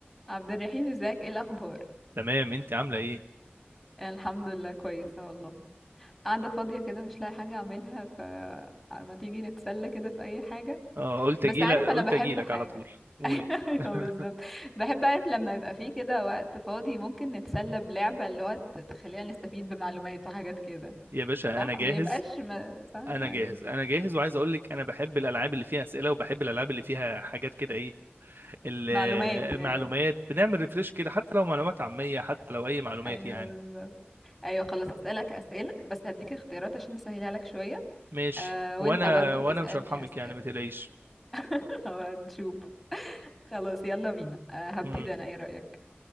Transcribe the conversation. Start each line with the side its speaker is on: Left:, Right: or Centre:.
Centre: عبد الرحيم ازيك ايه الاخبار
Right: تمام انت عامله ايه
Centre: انا الحمد لله كويسه والله قاعده فاضيه كده مش لاقي حاجه اعملها ف ما تيجي نتسلى كده في اي حاجه
Right: اه قلت
Centre: بس
Right: اجيلك
Centre: عارف
Right: قلت
Centre: انا بحب
Right: اجيلك
Centre: حاجه
Right: على طول قولي
Centre: <laughs> ايوه
Right: <laughs>
Centre: بالظبط بحب اعرف لما يبقى فيه كده وقت فاضي ممكن نتسلى بلعبه اللي هو ت- تخلينا نستفيد بمعلومات وحاجات كده
Right: يا باشا
Centre: صح
Right: انا جاهز
Centre: ما يبقاش ما... صح
Right: انا
Centre: ايوه
Right: جاهز انا جاهز وعايز اقول لك انا بحب الالعاب اللي فيها اسئله وبحب الالعاب اللي فيها حاجات كده ايه المعلومات
Centre: معلومات يعني
Right: بنعمل ريفريش كده حتى لو معلومات عاميه حتى لو اي معلومات
Centre: ايوه
Right: يعني
Centre: بالظبط ايوه خلاص هسألك اسئله بس هديك اختيارات عشان اسهلها لك شويه
Right: ماشي
Centre: آه وانت
Right: وانا
Centre: برضو
Right: وانا
Centre: تسألني
Right: مش هرحمك
Centre: اسئله
Right: يعني ما تقلقيش
Centre: <laughs> هنشوف خلاص يلا بينا آه، هبتدي
Right: امم
Centre: انا ايه رأيك